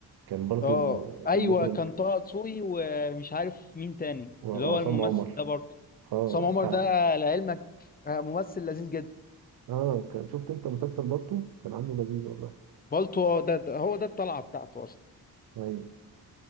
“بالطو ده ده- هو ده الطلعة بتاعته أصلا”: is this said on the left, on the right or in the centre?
Left